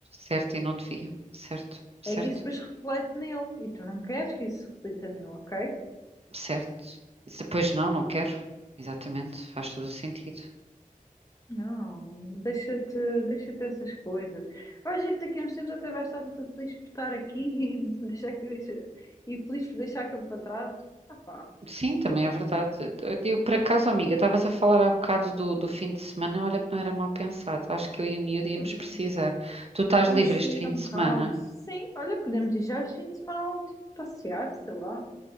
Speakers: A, on the right; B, on the left.
A: certo, e não devia. Certo, certo,
B: É que isso depois reflete nele. E tu não queres que isso se reflita nele, ok?
A: certo. Se- Pois não, não quero. Exatamente, faz todo o sentido.
B: Não, deixa-te, deixa-te essas coisas. Vai, gente, daqui a uns tempos até vais estar toda feliz por estar aqui <laughs> e deixar que deixa, e feliz por deixar aquilo para trás. Ah pá,
A: Sim, também é verdade. Eu, eu- por acaso, amiga, estavas a falar há bocado do, do fim de semana. Olha que não era mal pensado. Acho que eu e o miúdo
B: sim,
A: íamos
B: v-
A: precisar. Tu estás
B: vamos
A: livre
B: sair
A: este fim
B: um
A: de
B: bocado.
A: semana?
B: Sim, olha, podemos ir já este fim de semana, tipo, passear, sei lá.